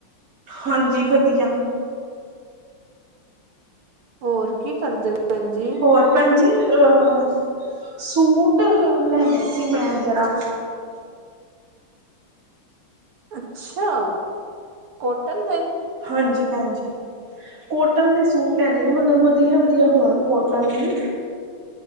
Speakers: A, on the right; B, on the right.
A: ਹਾਂਜੀ ਵਧੀਆ।
B: ਹੋਰ ਕੀ ਕਰਦੇ ਭੈਣ ਜੀ?
A: ਹੋਰ ਭੈਣ ਜੀ ਅ, ਸੂਟ ਲੈਣੈ ਸੀ ਮੈਂ ਜਰਾ।
B: ਅੱਛਾ, ਕੋਟਨ ਦੇ।
A: ਹਾਂਜੀ ਭੈਣ ਜੀ। ਕੋਟਨ ਦੇ ਸੂਟ ਲੈਣੇ ਨੇ ਮਤਲਬ ਵਧੀਆ-ਵਧੀਆ ਹੋਣ ਕੋਟਨ ਵੀ।